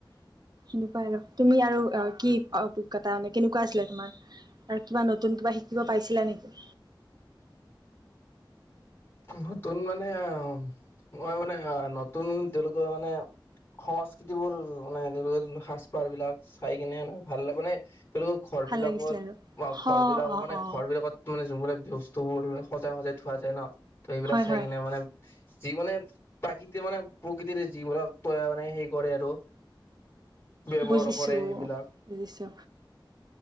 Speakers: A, on the right; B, on the left.
A: হেনেকুৱা আৰু তুমি আৰু কি অভিজ্ঞতা মানে কেনেকুৱা আছিলে তোমাৰ আৰু কিবা নতুন কিবা শিকিব পাইছিলা নেকি?
B: নতুন মানে আহ মই মানে নতুন তেওঁলোকৰ মানে সংস্কৃতিবোৰ মানে ধৰি ল যোন সাজ পাৰ বিলাক চাই কিনে মানে ভাল লাগে মানে তেওঁলোকৰ ঘৰ
A: ভাল
B: বিলাকত
A: লাগিছিলে আৰু
B: অ ঘৰ বিলাক
A: অ
B: মানে
A: অ
B: ঘৰ বিলাকত মানে যোনবিলাক ব্যস বস্তুবোৰ সজাই সজাই থোৱা যায় ন ত এইবিলাক
A: হয়
B: চাই
A: হয়
B: কিনে মানে যি মানে প্ৰাকৃতি মানে প্ৰকৃতিৰে যিবিলাক মানে হে কৰে আৰু ব্যৱহাৰ
A: বুজিছো
B: কৰে সেইবিলাক
A: বুজিছো